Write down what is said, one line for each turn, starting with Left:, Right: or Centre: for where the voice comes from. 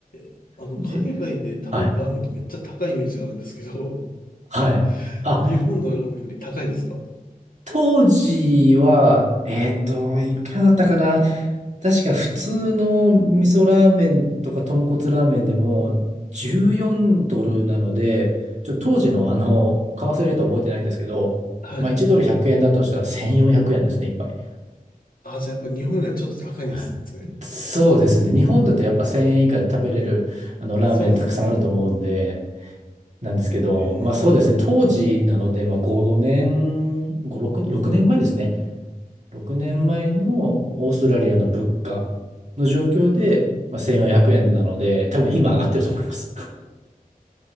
Left: え。あの、
Right: で、
Left: 海外で食べるラーメンってめっちゃ高いイメージがあるんですけど、
Right: はい。はい。
Left: <laughs>
Right: あ、
Left: 日本のラーメンより高いですか
Right: 当時は、えーっと、いくらだったかな確か普通の味噌ラーメンとか豚骨ラーメンでも14ドルなので、ちょ、当時のあの、為替レートは覚えてないんですけど、
Left: はい。
Right: まあ1ドル100円だとしたら1400円ですね、一杯。
Left: あ、じゃあやっぱ日本よりはちょっと高いんですね。
Right: はいそうですね。日本だとやっぱ1000円以下で食べれるあのラーメンたくさんあると思うんで、
Left: そうですね。
Right: なんですけど、
Left: え
Right: まあそうですね。当時なので、まあ5年、5、6、6年前ですね。6年前のオーストラリアの物価の状況で、
Left: ー。うーん。
Right: まあ、1400円なので、多分今上がってると思います。